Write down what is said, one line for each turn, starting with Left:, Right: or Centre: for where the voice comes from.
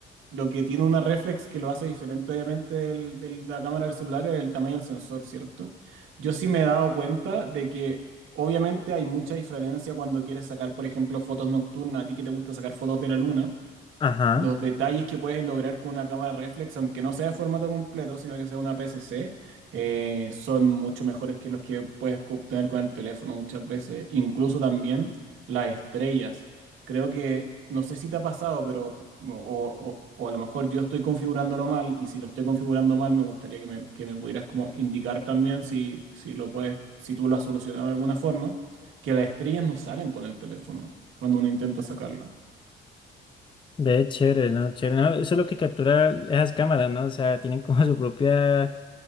Right: lo que tiene una reflex que lo hace diferente obviamente del- del- de la cámara del celular es el tamaño del sensor, ¿cierto? Yo sí me he dado cuenta de que obviamente hay mucha diferencia cuando quieres sacar, por ejemplo, fotos nocturnas, a ti que te gusta sacar fotos de la luna.
Left: Ajá.
Right: los detalles que puedes lograr con una cámara reflex, aunque no sea de formato completo, sino que sea una PSC, eh, son mucho mejores que los que puedes co- obtener con el teléfono muchas veces. Incluso también las estrellas. Creo que, no sé si te ha pasado, pero, o, o- o a lo mejor yo estoy configurándolo mal, y si lo estoy configurando mal, me gustaría que me, que me pudieras como indicar también si, si lo puedes, si tú lo has solucionado de alguna forma, que las estrellas no salen con el teléfono cuando uno intenta sacarla.
Left: Ve, chévere, ¿no? Chévere, ¿no? Eso es lo que captura esas cámaras, ¿no? O sea, tienen como su propia